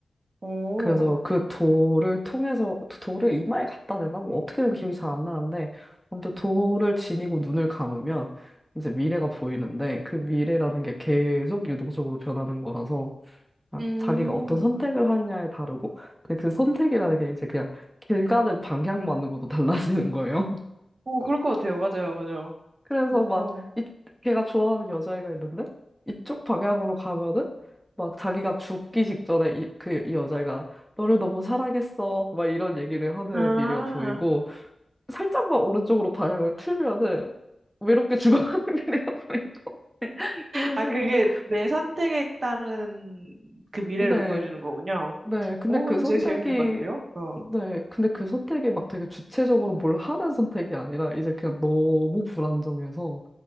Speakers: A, on the right (about 55°); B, in the centre.
A: 오,
B: 그래서 그 돌을 통해서 돌을 이마에 갖다 대나? 뭐 어떻게든 기억이 잘 안 나는데 아무튼
A: 음.
B: 돌을 지니고 눈을 감으면 이제 미래가 보이는데 그 미래라는 게 계속 유동적으로 변하는 거라서 아,
A: 음,
B: 자기가 어떤 선택을 하느냐에 다르고 근데 그 선택이라는 게 이제 그냥 길 가는 방향만으로도 <laughs> 달라지는 거예요.
A: 오, 그럴 것 같아요. 맞아요, 맞아요.
B: 그래서
A: 오,
B: 막, 이, 걔가 좋아하는 여자애가 있는데, 이쪽 방향으로 가면은, 막 자기가 죽기 직전에 이, 그, 이 여자애가, 너를 너무 사랑했어. 막 이런 얘기를 하는
A: 아,
B: 미래가 보이고, 살짝만 오른쪽으로 방향을 틀면은, 외롭게 죽어가는 <laughs> 미래가 보이고, <laughs> 이런
A: 아,
B: 식인데,
A: 그게 내 선택에 따른 그 미래를
B: 네.
A: 보여주는 거군요.
B: 네, 근데
A: 오,
B: 그
A: 그것도
B: 선택이,
A: 제일 재밌는 것 같은데요? 어.
B: 네, 근데 그 선택이 막 되게 주체적으로 뭘 하는 선택이 아니라 이제 그냥 너무 불안정해서